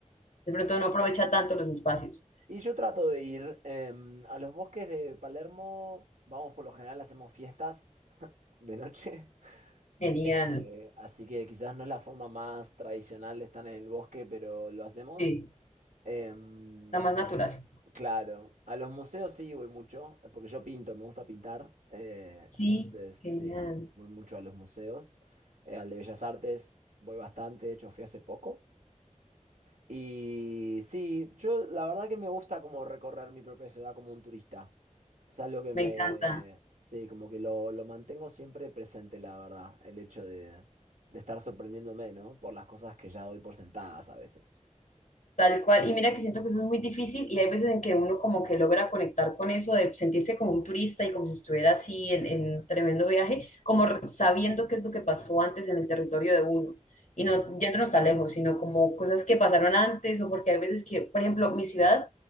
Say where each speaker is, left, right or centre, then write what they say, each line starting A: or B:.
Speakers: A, on the left; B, on the right.
A: de pronto no aprovecha tanto los espacios.
B: Y yo trato de ir em, a los bosques de Palermo, vamos por lo general, hacemos fiestas de noche.
A: Genial,
B: Eh, así que quizás no es la forma más tradicional de estar en el bosque, pero lo hacemos.
A: sí,
B: Em,
A: está más natural.
B: claro, a los museos sí voy mucho, eh, porque yo pinto, me gusta pintar. eh,
A: Sí,
B: entonces,
A: genial,
B: sí, voy mucho a los museos. Eh, al de Bellas Artes voy bastante, de hecho fui hace poco. Y sí, yo la verdad que me gusta como recorrer mi propia ciudad como un turista. Es algo que
A: me
B: me,
A: encanta.
B: sí, como que lo, lo mantengo siempre presente, la verdad, el hecho de, de estar sorprendiéndome, ¿no? Por las cosas que ya doy por sentadas a veces.
A: Tal cual, y mira que siento que eso es muy difícil y hay veces en que uno como que logra conectar con eso de sentirse como un turista y como si estuviera así en, en un tremendo viaje, como re- sabiendo qué es lo que pasó antes en el territorio de uno y
B: Ujú,
A: no yéndonos tan lejos, sino como
B: ujú,
A: cosas que pasaron antes o porque hay veces que, por ejemplo, mi ciudad